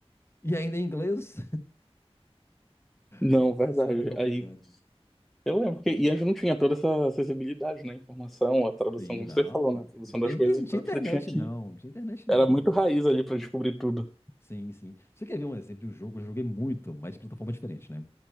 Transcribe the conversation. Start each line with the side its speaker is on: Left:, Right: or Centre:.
Left: E ainda em inglês.
Centre: Não,
Left: <laughs> Nossa,
Centre: verdade.
Left: era complicado.
Centre: Aí eu lembro que e a gente não tinha toda essa acessibilidade, né? Informação, a tradução,
Left: Sim,
Centre: como
Left: não,
Centre: você falou,
Left: não
Centre: né? A tradução das
Left: tem, inter-
Centre: coisas,
Left: não
Centre: então
Left: tinha internet
Centre: você tinha que.
Left: não, não tinha internet não.
Centre: Era muito
Left: não tinha-
Centre: raiz ali pra descobrir tudo.
Left: Sim, sim. Você quer ver um exemplo de um jogo que eu joguei muito, mas de plataforma diferente, né?